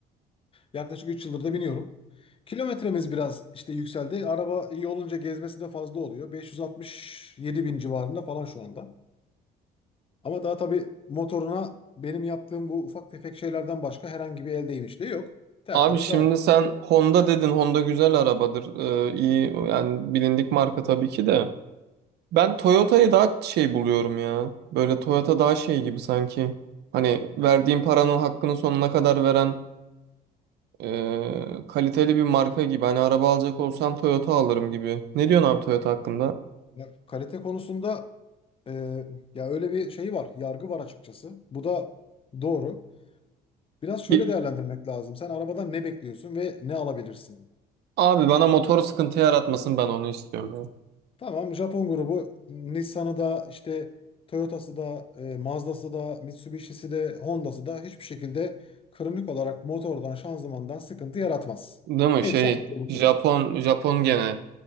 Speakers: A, on the left; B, on the right.
A: Yaklaşık 3 yıldır da biniyorum. Kilometremiz biraz işte yükseldi. Araba iyi olunca gezmesi de fazla oluyor. 567 bin civarında falan şu anda. Ama daha tabii motoruna benim yaptığım bu ufak tefek şeylerden başka herhangi bir el değmişliği yok. Tertemiz
B: Abi şimdi
A: devam.
B: sen Honda dedin. Honda güzel arabadır. Ee, iyi yani bilindik marka tabii ki de. Ben Toyota'yı daha şey buluyorum ya. Böyle Toyota daha şey gibi sanki. Hani verdiğin paranın hakkını sonuna kadar veren eee, kaliteli bir marka gibi. Hani araba alacak olsam Toyota alırım gibi. Ne diyorsun abi Toyota hakkında?
A: Ya, kalite konusunda e, ya öyle bir şey var. Yargı var açıkçası. Bu da doğru. Biraz şöyle
B: Ki-
A: değerlendirmek lazım. Sen arabadan ne bekliyorsun ve ne alabilirsin?
B: Abi bana motor sıkıntı yaratmasın ben onu istiyorum.
A: Tamam Japon grubu Nissan'ı da işte Toyota'sı da e, Mazda'sı da Mitsubishi'si de Honda'sı da hiçbir şekilde kronik olarak motordan şanzımandan sıkıntı yaratmaz.
B: ya. Değil mi
A: Hepsi
B: şey
A: aynı grubu.
B: Japon Japon gene.